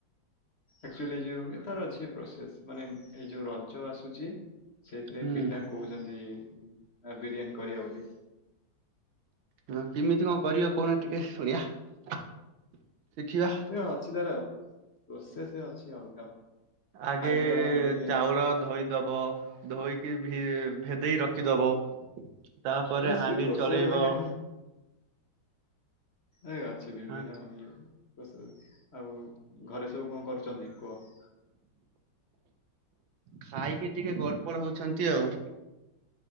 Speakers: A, on the left (about 40°); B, on the right (about 90°).
A: ଆକ୍ଚୁଆଲି ଯୋଉ ଏ ତାର ଅଛି ପ୍ରୋସେସ ମାନେ ଏଇ ଯୋଉ ରଜ ଆସୁଛି ସେଇଥିରେ
B: ହୁଁ
A: ପିଲା କହୁଛନ୍ତି ଆ ବିରିୟାନୀ କରିବା ବୋଲି।
B: ହଁ କେମିତି କଣ କରିବ କହୁନା ଟିକେ ଶୁଣିବା ଶିଖିବା।
A: ଏ ଅଛି ତାର ପ୍ରୋସେସ ଅଛି ଅଲଗା।
B: ଆଗେ
A: ହାଇଦ୍ରାବାଦ ବିରିୟାନୀ
B: ଚାଉଳ ଧୋଇ ଦବ ଧୋଇକି ଭି ଭେଦେଇ ରଖିଦବ ତାପରେ
A: ଆରେ ସିଏ
B: ହାଣ୍ଡି
A: ପ୍ରୋସେସ
B: ଚଳେଇବ।
A: କହିଲେ କଣ ଏଇ ଅଛି ବିଭିନ୍ନ
B: ହଁ
A: ଇଏ ଆଉ ଘରେ ସବୁ କଣ କରୁଛନ୍ତି କୁହ।
B: ଖାଇକି ଟିକେ ଗଡପଡ୍ ହଉଛନ୍ତି ଆଉ।